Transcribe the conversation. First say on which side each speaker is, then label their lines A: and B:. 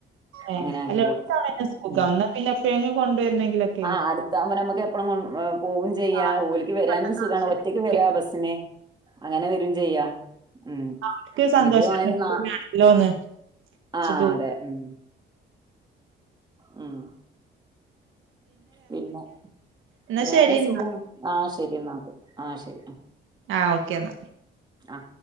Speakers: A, on the right (about 80°); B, on the right (about 20°).
A: ഏഹ്
B: അങ്ങനെ ആക്കി
A: അല്ല ഓൽക്കതന്നെ
B: കൊടുത്തു.
A: സുഖം
B: മ്മ്
A: എന്നാ പിന്നെ എപ്പഴെങ്കിലും കൊണ്ടുവരണെങ്കിലൊക്കെ
B: ആ അടുത്താവുമ്പോ നമുക്ക് എപ്പഴും പോകും ചെയ്യ
A: ആഹ്
B: ഓളിക്ക് വരാനും
A: പെട്ടെന്ന്
B: സുഖമാണ്
A: ആവശ്യണ്ടെങ്കിലൊക്കെ
B: ഒറ്റക്ക് വരാ ബസ്സിന് അങ്ങനെ വരേം ചെയ്യാ. ഉം
A: അവർക്ക് സന്തോഷം
B: ഇത് വാങ്ങുന്ന
A: ആണല്ലോന്ന് പക്ഷെ
B: ആഹ്
A: തോ
B: അതെ ഉം ഉം പിന്നെ
A: എന്നാ
B: വേറെ
A: ശരി എന്നാ
B: സുഖം ആഹ ശരി ന ഒക്കെ. ആഹ ശരി.
A: ആഓക്കേ എന്നാ.
B: ആഹ